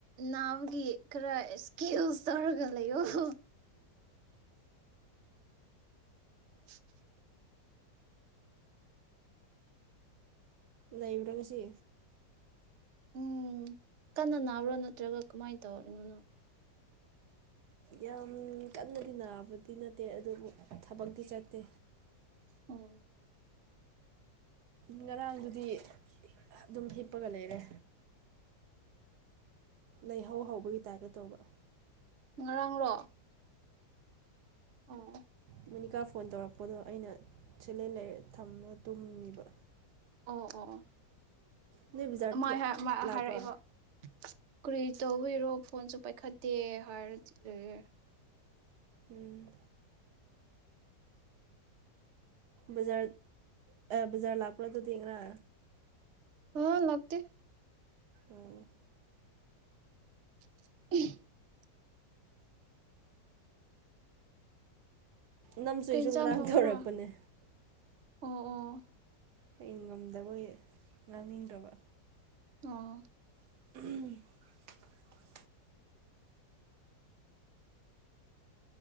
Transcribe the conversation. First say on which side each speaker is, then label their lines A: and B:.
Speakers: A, on the right; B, on the right.
A: ꯅꯥꯕꯒꯤ ꯈꯔ ꯏꯁꯀꯤꯜꯁ ꯇꯔꯒ ꯂꯩ ꯑꯣ <inaudible>
B: ꯂꯩꯕꯔꯒꯁꯤ
A: ꯎꯝ ꯀꯟꯅ ꯅꯥꯕ꯭ꯔꯣ ꯅꯠꯇ꯭ꯔꯒ ꯀꯃꯥꯏꯅ ꯇꯧꯔꯤꯅꯣꯅ
B: ꯌꯥꯝ ꯀꯟꯅꯗꯤꯟꯅꯕꯗꯤ ꯅꯠꯇꯦ ꯑꯗꯨꯕꯨ ꯊꯕꯛꯇꯤ ꯆꯠꯇꯦ
A: ꯑꯣ
B: ꯉꯔꯥꯡꯗꯨꯗꯤ ꯑꯗꯨꯝ ꯍꯤꯞꯄꯒ ꯂꯩꯔꯦ ꯂꯩꯍꯧ ꯍꯧꯕꯒꯤ ꯇꯥꯏꯞꯇ ꯇꯧꯕ
A: ꯉꯔꯥꯡꯔꯣ ꯑꯣ
B: ꯃꯨꯅꯤꯀꯥ ꯐꯣꯟ ꯇꯧꯔꯛꯄꯗꯣ ꯑꯩꯅ ꯁꯂꯦꯟ ꯂꯩꯔ ꯊꯝꯒ ꯇꯨꯝꯃꯤꯕ
A: ꯑꯣ ꯑꯣ
B: ꯅꯣꯏ ꯕꯖꯥꯔ
A: ꯑꯣ
B: ꯊꯣꯛ ꯂꯥꯛꯄ꯭ꯔꯥ
A: ꯍꯥꯏꯔꯛꯑꯦꯕ ꯀꯨꯔꯤ ꯇꯧꯕꯤꯔꯣ ꯐꯣꯟꯁꯨ ꯄꯥꯏꯈꯠꯇꯦ ꯍꯥꯏꯔꯗꯤ ꯂꯩꯦ
B: ꯎꯝ ꯕꯖꯥ ꯕꯖꯥꯔ ꯂꯥꯛꯄ꯭ꯔ ꯑꯗꯨ ꯊꯦꯡ꯭ꯔ
A: ꯑ ꯂꯇ
B: ꯑꯣ
A: <inaudible>
B: ꯅꯝꯁꯨꯨꯁꯨ
A: ꯀꯩ ꯏꯟꯁꯥꯡ
B: ꯉꯔꯥꯡ
A: ꯊꯣꯡꯒꯦꯔꯥ
B: ꯇꯧꯔꯛꯄꯅꯦ
A: ꯑꯣ ꯑꯣ
B: ꯍꯩꯅ ꯉꯝꯗꯕ ꯉꯥꯡꯅꯤꯡꯗ꯭ꯔꯕ
A: ꯑꯣ
B: ꯎ